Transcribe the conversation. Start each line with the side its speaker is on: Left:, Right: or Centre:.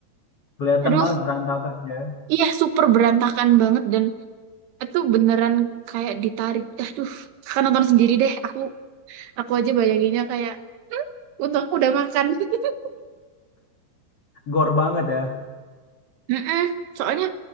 Left: kelihatan
Right: Aduh,
Left: banget berantakan ya.
Right: iya super berantakan banget dan itu beneran kayak ditarik. Aduh, kakak nonton sendiri deh. Aku Aku aja bayanginnya kayak untuk aku udah makan. <laughs>
Left: Gor banget ya.
Right: Mm-mm. Soalnya